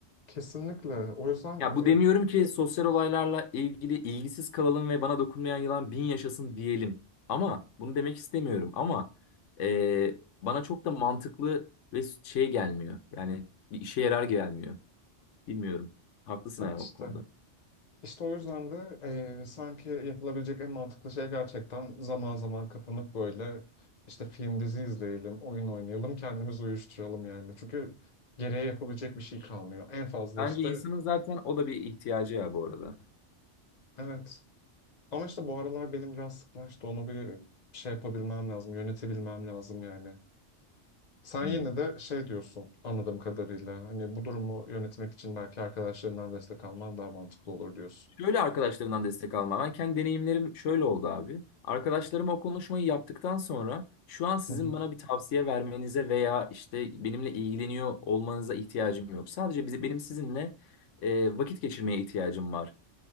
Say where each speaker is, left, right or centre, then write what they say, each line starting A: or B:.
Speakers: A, on the left; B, on the left.
A: Kesinlikle. O yüzden
B: Ya
A: hani
B: bu demiyorum ki sosyal olaylarla ilgili ilgisiz kalalım ve bana dokunmayan yılan bin yaşasın diyelim. Ama bunu demek istemiyorum. Ama e, bana çok da mantıklı ve şey gelmiyor. Yani bir işe yarar gelmiyor. Bilmiyorum. Haklısın
A: evet
B: yani
A: işte.
B: o konuda.
A: İşte o yüzden de e, sanki yapılabilecek en mantıklı şey gerçekten zaman zaman kapanıp böyle işte film dizi izleyelim, oyun oynayalım, kendimizi uyuşturalım yani. Çünkü geriye yapabilecek bir şey kalmıyor. En fazla
B: Bence
A: işte
B: insanın zaten o da bir ihtiyacı ya bu arada.
A: evet. Ama işte bu aralar benim biraz sıklaştı. Onu bir şey yapabilmem lazım, yönetebilmem lazım yani. Sen
B: Hmm.
A: yine de şey diyorsun anladığım kadarıyla. Hani bu durumu yönetmek için belki arkadaşlarından destek alman daha mantıklı olur diyorsun.
B: Şöyle arkadaşlarından destek alma. Ben kendi deneyimlerim şöyle oldu abi. Arkadaşlarım o konuşmayı yaptıktan sonra şu an sizin
A: Hı hı.
B: bana bir tavsiye vermenize veya işte benimle ilgileniyor olmanıza ihtiyacım yok. Sadece bize, benim sizinle e, vakit geçirmeye ihtiyacım var